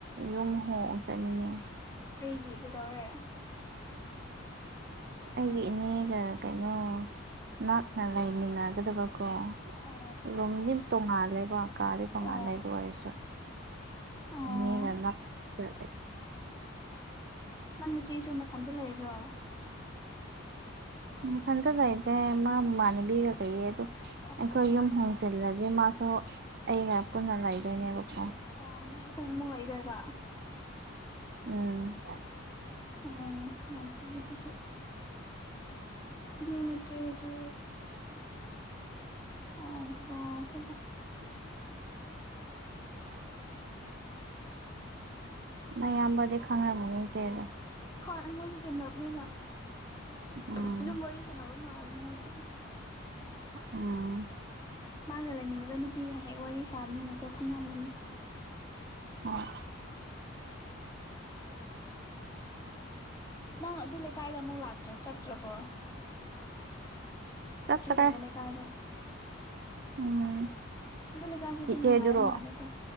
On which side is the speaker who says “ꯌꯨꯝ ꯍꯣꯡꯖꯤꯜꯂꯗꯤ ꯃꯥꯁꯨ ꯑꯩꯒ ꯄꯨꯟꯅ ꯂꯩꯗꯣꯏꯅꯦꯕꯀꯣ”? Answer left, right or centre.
Right